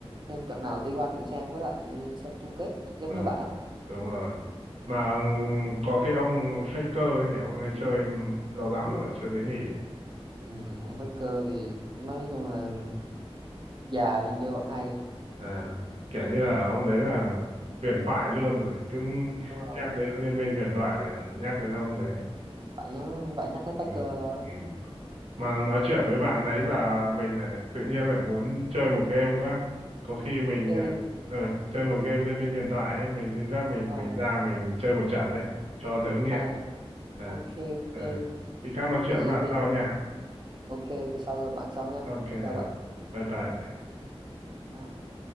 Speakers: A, on the right; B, on the right.
A: xem trận nào T1 cũng xem với lại xem chung kết giống
B: ờ,
A: như bạn á
B: đúng rồi mà có cái ông Faker ấy nhỉ ông ấy chơi lâu lắm rồi chưa thấy nghỉ
A: ừ, ông Baker thì nói chung là già nhưng chơi vẫn hay
B: à, kiểu như là ông đấy là huyền thoại luôn rồi cứ
A: đúng rồi
B: nhắc đến liên minh huyền thoại là nhắc đến ông đấy
A: phải nhắc phải nhắc đến Faker
B: ừ.
A: thôi
B: Ừ. mà nói chuyện với bạn nãy giờ mình lại tự nhiên lại muốn chơi một game quá có khi mình
A: chơi
B: à,
A: game gì?
B: ờ, chơi một game liên minh huyền thoại ấy, mình xin phép mình
A: à,
B: mình ra mình chơi một trận đây cho đỡ nghiện
A: à
B: à,
A: ok ok
B: à. khi khác nói
A: vậy
B: chuyện với bạn sau
A: thì
B: nha
A: ok vậy sau gặp bạn sau nha
B: ok
A: chào bạn
B: bye bye
A: Bye.